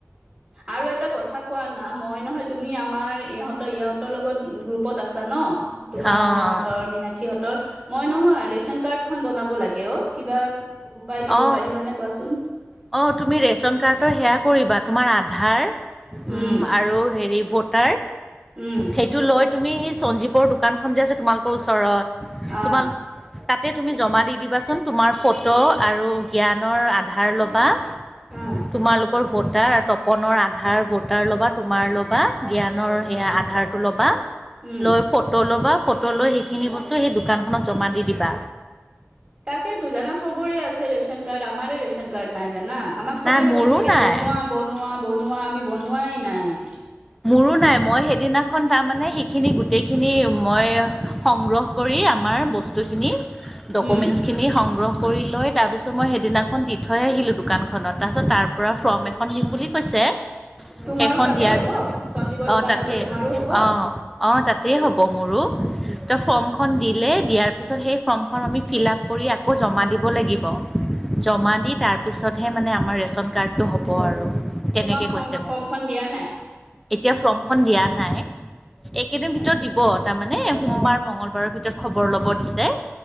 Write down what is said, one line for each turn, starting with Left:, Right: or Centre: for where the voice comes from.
Right: আৰু এটা কথা কোৱা না মই নহয় তুমি আমাৰ ইহঁতৰ ইহঁতৰ লগত গ্ৰুপত আছা ন। তোমাৰ
Centre: অঁ
Right: মাৰ হতঁৰ, মীনাসী হঁতৰ মই নহয় ৰেচন কাৰ্ডখন বনাব লাগে অ', কিবা উপায় দিব
Centre: অঁ অঁ
Right: পাৰিবনে কোৱাচোন?
Centre: অঁ তুমি ৰেচন কাৰ্ডৰ সেৱা কৰিবা তোমাৰ আধাৰ
Right: উম
Centre: আৰু হেৰি ভোট
Right: উম।
Centre: সেইটো লৈ তুমি সঞ্জীৱৰ দোকানখন যে আছে তোমালোকৰ ওচৰত,
Right: অহ
Centre: তোমাৰ তাতে তুমি জমা দি দিবাচোন তোমাৰ ফটো আৰু জ্ঞানৰ আধাৰ ল'বা।
Right: অ'
Centre: তোমালোকৰ ভোটাৰ তপনৰ আধাৰ ভোটাৰ ল'বা, তোমাৰ ল'বা, জ্ঞানৰ সেয়া আধাৰটো ল'বা।
Right: উম।
Centre: লৈ ফটো ল'বা, ফটো লৈ সেইখিনি বস্তু সেই দোকানখনত জমা দি দিবা।
Right: তাকেইতো জানা চবৰে আছে ৰেচন কাৰ্ড। আমাৰ ৰেচন কাৰ্ড নাই জানা। আমাক চবেই
Centre: নাই মোৰো
Right: কৈ থাকে
Centre: নাই
Right: বনোৱা বনোৱা বনোৱা আমি বনোৱাই নাই।
Centre: মোৰো নাই মই সেইদিনাখন তাৰমানে সেইখিনি গোটেইখিনি মই সংগ্ৰহ কৰি আমাৰ বস্তুখিনি ডকমেন্টচখিনি
Right: উম
Centre: সংগ্ৰহ কৰি লৈ তাৰপিছত মই সেইদিনাখন দি থৈ আহিলোঁ দোকানখনত। তাৰপিছত তাৰ পৰা ফ্ৰম এখন দিম বুলি কৈছে <unintelligible>
Right: তোমাৰো
Centre: সেইখন
Right: তাতে
Centre: দিয়াৰ
Right: হ'ব, সঞ্জীৱৰ
Centre: অঁ
Right: দোকানতে
Centre: তাতে
Right: তোমাৰো হ'ব?
Centre: অঁ অঁ তাতেই হ'ব মোৰো। ত' ফ্ৰমখন দিলে, দিয়াৰ পিছত সেই ফ্ৰমখন আমি ফিলাপ কৰি আকৌ জমা দিব লাগিব। জমা দি তাৰপিছতহে মানে আমাৰ ৰেচন কাৰ্ডটো হ'ব আৰু। তেনেকে
Right: তোমাক ফৰ্ম
Centre: কৈছে মোক।
Right: ফৰ্মখন দিয়া নাই
Centre: এতিয়া ফ্ৰমখন দিয়া নাই। এইকেইদিন ভিতৰত
Right: আচ্ছা
Centre: দিব তাৰমানে সোমবাৰ, মঙগলবাৰৰ ভিতৰত খবৰ ল'ব দিছে।